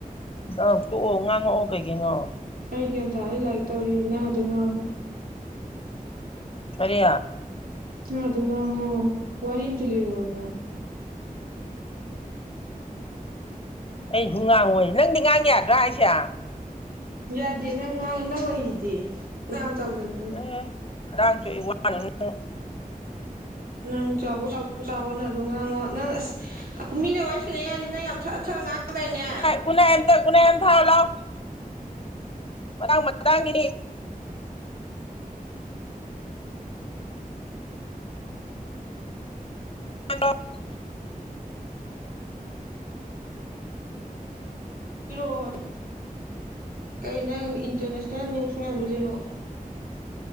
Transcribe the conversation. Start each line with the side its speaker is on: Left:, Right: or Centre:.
Left: ꯗꯛ ꯇꯣꯛꯑꯣ ꯉꯥꯡꯉꯛꯑꯣ ꯀꯩꯒꯤꯅꯣ
Right: ꯑꯩ ꯒ꯭ꯌꯥꯟ ꯇꯥꯔꯦ ꯂꯥꯏꯛ ꯇꯧꫪꯤ ꯅꯪ ꯑꯗꯨꯝ ꯉꯥꯡꯉꯨ
Left: ꯀꫪꯤ
Right: ꯅ‌ ꯑꯗꯨꯝ ꯉꯥꯡꯉꯣ ꯋꯥꯔꯤꯝꯇ ꯂꯩꯔꯛꯑꯣꯗꯅ
Left: ꯑꯩꯁꯨ ꯉꯥꯡꯉꯣꯏ ꯅꯪꯗꯤ ꯉꯥꯡ ꯌꯥꯗ꯭ꯔꯥ ꯍꯥꯏꯁꯦ
Right: ꯌꯥꯗꯦ ꯅꯪ ꯉꯥꯡ ꯅꯪ ꯂꯩꯖꯤꯗꯤ ꯌꯥꯝ ꯆꯥꯎꯖꯅꯤ
Left: ꯑꯦ ꯈꯗꯥꯡ ꯆꯣꯛꯑꯦ ꯋꯥꯅꯥꯅ
Right: ꯅꯪ ꯆꯥꯎꯕ ꯆꯥꯎ ꯆꯥꯎꯔꯣ ꯅ ꯑꯗꯨꯝ ꯉꯥꯡꯉꯣ ꯅꯪ ꯑꯁ ꯑꯀꯨꯝ ꯃꯤꯅ ꯋꯥꯏ ꯁꯥꯟꯅꯩꯉꯥꯏꯗ ꯅꯪ ꯌꯥꯝ ꯊꯠꯂ-ꯊꯠꯂ ꯉꯥꯡꯗꯥꯏꯅꯦ
Left: ꯒꯨꯅꯥꯏ ꯑꯝꯇ ꯒꯨꯅꯥꯏ ꯑꯝ ꯊꯥꯔꯣꯂꯥꯎ ꯃꯇꯥꯡ ꯃꯇꯥꯡꯒꯤꯅꯤ <inaudible>
Right: ꯏꯔꯣꯏ- ꯀꯩ ꯅꯪ ꯏꯟꯇꯔꯅꯦꯁꯅꯦꯜ ꯅ꯭ꯌꯨꯁ ꯃꯌꯥꯝꯗꯨ ꯂꯤꯔꯣꯛ